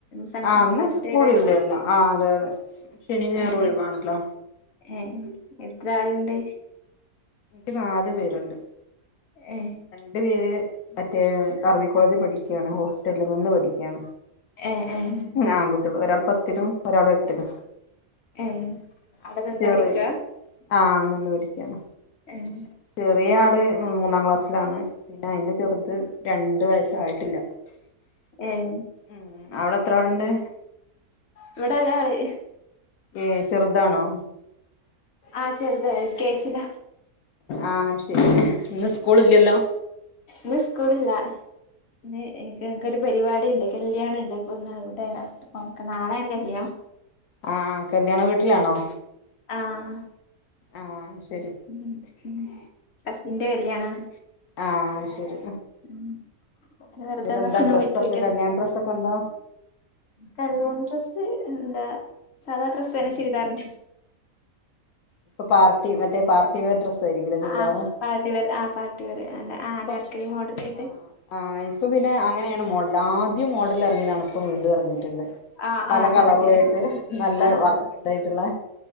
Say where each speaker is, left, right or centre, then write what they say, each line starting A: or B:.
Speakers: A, on the left (about 55°); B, on the left (about 80°).
A: സൺ
B: ആഹ് ഇന്ന്
A: സാറ്റർട്ടേയിട്ട്
B: സ്കൂളില്ലല്ലോ
A: ലീവാ
B: ആഹ് അതെ അതെ ശനിയും ഞായറും
A: ഏഹ്
B: ഒഴിവാണല്ലോ
A: ഏഹ് എത്ര ആള്ണ്ട്
B: ക്ക് നാല് പേര്ണ്ട്
A: ഏഹ്
B: ന്റെ പേര് മറ്റേ അറബി കോളേജി പഠിക്കാണ് ഹോസ്റ്റൽ നിന്ന് പഠിക്കാണ്
A: ഏഹ് ഏഹ്
B: ആൺകുട്ടീള് ഒരാള് പത്തിലും ഒരാള് എട്ടിലും
A: ഏഹ് അവിടെ നിന്ന്
B: ചെറി
A: പഠിക്കാ
B: ആഹ് നിന്ന് പഠിക്കാണ്
A: ഏഹ്
B: ചെറിയ ആള് മൂന്നാം ക്ലാസ്സ്ലാണ് പിന്നെ അയിന്റെ ചെറ്ത് രണ്ട് വയസ്സായിട്ടില്ല
A: ഏഹ്
B: ഉം അവിടെ എത്ര ആളുണ്ട്
A: ഇവടെ ഒരാള്
B: ഏഹ് ചെറ്താണൊ
A: ആഹ് ചെറ്താ എൽ. കേ. ജില
B: ആഹ് ശരി ഇന്ന് സ്കൂള് ഇല്ലല്ലൊ
A: ന്ന് സ്കൂളില്ല ന്ന് ഇൻക്ക് ഇൻക്കൊരു പരിവാടിണ്ട് കല്യാണ ണ്ട് അപ്പൊ ഇന്നവടേണ ഓക്കെ നാളേണ് കല്യാണം.
B: ആഹ് കല്യാണ വീട്ട്ലാണൊ?
A: ആഹ്
B: ആഹ് ശരി
A: ഉം ഉം അസിന്റെ കല്യാണാണ്.
B: ആഹ് ശെരി.
A: ഉം അങ്ങനെ വെറുതെ
B: ന്നട്ടെന്ത
A: വന്നപ്പോ ഇങ്ങനെ
B: ഡ്രസ്സൊക്കെ
A: വിളിച്ചോക്കിയതാ
B: കല്യാണ ഡ്രസ്സൊക്കെന്ത?
A: കല്ല്യാണ ഡ്രസ്സ് എന്താ സാധാ ഡ്രസ്സെന്നെ ചുരിദാറിന്റ
B: ഇപ്പൊ പാർട്ടി മറ്റെ പാർട്ടി വെയർ ഡ്രസ് സരിക്ക്ല്ല ചുരിദാറും.
A: ആഹ് പാർട്ടി വെയർ ആ പാർട്ടി വെയർ എന്താ
B: ആഹ്
A: ആ
B: ഇപ്പൊ
A: അനാർക്കലി
B: പിന്നെ
A: മോഡൽ ആയിട്ട്
B: ആഹ് ആഹ് ഇപ്പൊ പിന്നെ അങ്ങനെ ങ്ങനേണ് മോഡല് ആദ്യം മോഡലെർങ്ങ്യതാണ് ഇപ്പം വീണ്ടും എർങ്ങീട്ട്ണ്ട്.
A: ആഹ്
B: പല
A: ആഹ്
B: കളറുവായിട്ട്
A: പണ്ട്
B: നല്ല
A: ആഹ്
B: വർക്ക്ണ്ടായിട്ട്ള്ള